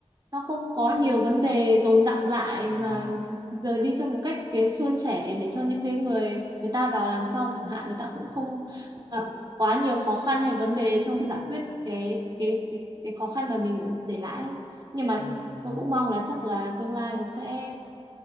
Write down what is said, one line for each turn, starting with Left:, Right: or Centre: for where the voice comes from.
Right: nó không có nhiều vấn đề tồn đọng lại
Left: ừ,
Right: mà rồi đi trong một cách cái suôn sẻ để cho những cái người người ta vào làm sao chẳng hạn người ta cũng không gặp
Left: thế,
Right: quá nhiều khó khăn hay vấn đề trong giải quyết cái cái cái, cái khó khăn mà mình ở- để lại ấy. nhưng mà
Left: ừ,
Right: tôi cũng mong là chắc là tương lai nó sẽ